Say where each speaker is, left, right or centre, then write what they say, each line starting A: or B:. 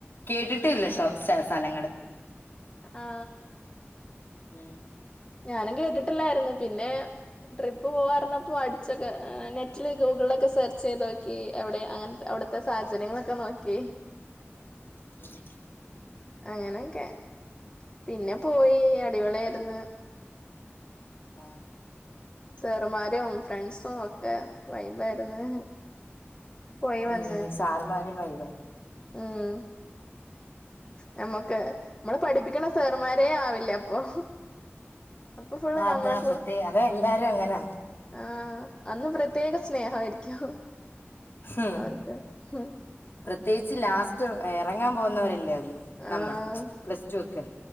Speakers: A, on the left; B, on the left.
A: കേട്ടിട്ടേ ഇല്ല
B: ആ
A: സർ സ്ഥലങ്ങള്
B: ആ
A: ആ
B: ഞാനും കേട്ടിട്ടില്ലായിരുന്നു പിന്നെ ട്രിപ്പ് പോവാ പറഞ്ഞപ്പോ അടിച്ചൊക്കെ നെറ്റില് ഗൂഗിളൊക്കെ സെർച്ച് ചെയ്ത് നോക്കി അവിടെ അങ്ങനത്തെ അവിടുത്തെ സാഹചര്യങ്ങളൊക്കെ നോക്കി
A: ഉ <inaudible>
B: അങ്ങനെയൊക്കെ പിന്നെ പോയി അടിപൊളിയായിരുന്നു
A: ആ
B: സാറുമ്മാരും ഫ്രണ്ട്സും ഒക്കെ വൈബായിരുന്നു. പോയി
A: ഉം
B: വന്ന്
A: സാറുമ്മാര് വൈബ്. ആ
B: ഉം നമ്മുക്ക് നമ്മള പഠിപ്പിക്കണ സാറന്മ തേ ആവില്ലേ അപ്പൊ. അപ്പൊ ഫുള്ള്
A: ആ
B: ഞമ്മളക്ക്
A: അതാ പ്രത്യേക അതാ എല്ലാരും അങ്ങനാ.
B: ആഹ് അന്ന് പ്രത്യേക സ്നേഹമായിരിക്കും
A: ഉം
B: അവർക്ക് ഉ
A: പ്രത്യേകിച്ച് ലാസ്റ്റ് ഇറങ്ങാൻ പോകുന്നവരല്ലേ അത് നമ്മൾ
B: ആഹ്
A: പ്ലസ് ടു ഒക്കെ